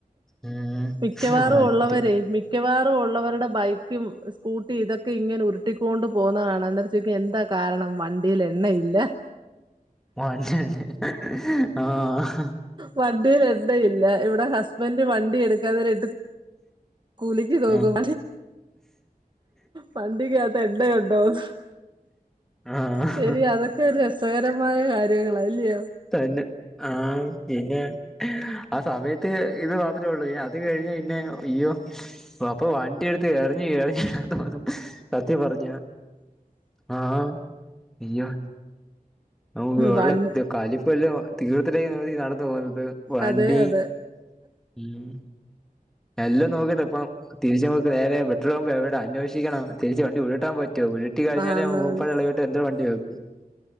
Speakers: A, in the centre; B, on the right.
A: ഉം
B: മിക്കവാറും
A: വണ്ടി
B: ഒള്ളവര് മിക്കവാറും ഒള്ളവരുടെ ബൈക്കും സ്കൂട്ടി ഇതൊക്കെ ഇങ്ങനെ ഉരുട്ടിക്കൊണ്ട് പോകുന്നത് കാണാ ന്താച്ചൊക്യാ എന്താ കാരണം വണ്ടി ണ്ടീലെണ്ണയില്ല.
A: മഞ്ഞണ്ട് ആഹ്
B: വണ്ടീലെണ്ണയില്ല. ഇവിടെ ഹസ്ബന്ഡ് വണ്ടി എടുക്കാതരെ ഇട്ട് കൂലിക്ക് നോക്കും
A: ആഹ്
B: വണ്ടിക്കകത്ത് എണ്ണയുണ്ടോന്ന്
A: ആഹ്
B: ശരി അതൊക്കെ ഒരു രസകരമായ കാര്യങ്ങളാ അല്ലയോ
A: തന്നെ ആഹ് പിന്നെ ആ സമയത്ത് ഇത് മാത്രമേ ഒള്ളൂ അത് കഴിഞ്ഞ പിന്നെ അയ്യോ അപ്പൊ വണ്ടി എടുത്ത് എറിഞ് എറിഞ്ഞു തോന്നും സത്യം പറഞ്ഞ ആഹ് അയ്യോ നമുക്ക് വെള്ള
B: വൺ
A: കാലിപ്പല്ലാം തീർത്തിട്ടായിരിക്കും നടന്നു പോകുന്നത് വണ്ടി
B: അതെ അതെ
A: ഉം എല്ലും നോക്കിട്ടെപ്പം തിരിച്ചു നമുക്ക് നേരെ പെട്രോൾ പമ്പ് എവിടെ അന്വേഷിക്കണം തിരിച്ച് വണ്ടി ഉരുട്ടാൻ പറ്റോ? ഉരുട്ടി കഴിഞ്ഞാല്
B: ആന്ന്
A: ഊപ്പാടെളകിയിട്ട്
B: ആന്ന്
A: എന്താ വണ്ടി വും